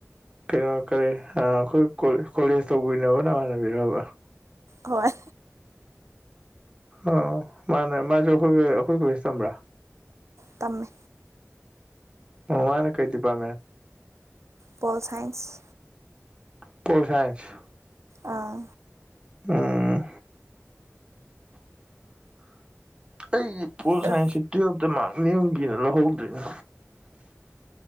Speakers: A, on the right; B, on the right.
A: ꯀꯩꯅꯣ ꯀꯔꯤ ꯑꯥ ꯑꯩꯈꯣꯏ ꯀꯣꯂꯦꯖ ꯇꯧꯃꯤꯟꯅꯕ ꯅꯃꯥꯟꯅꯕꯤꯔꯕ
B: ꯍꯣꯏ
A: ꯑꯣ ꯃꯥꯅꯦ ꯃꯥꯁꯨ ꯑꯩꯈꯣꯏ ꯑꯩꯈꯣꯏ ꯀꯣꯂꯦꯖ ꯇꯝꯕ꯭ꯔꯥ
B: ꯇꯝꯃꯦ
A: ꯑꫭ ꯃꯥꯅ ꯀꯩ department
B: pol science
A: pol science
B: ꯑꯥ
A: ꯎꯝ ꯑꯩꯒꯤ ꯄꯣꯜ
B: ꯀꯩꯅꯣ
A: ꯁꯥꯏꯟꯁꯁꯤ ꯇꯨꯋꯦꯜꯞꯇ ꯃꯥꯜꯂꯤ ꯂꯧꯍꯧꯗ꯭ꯔꯤꯅ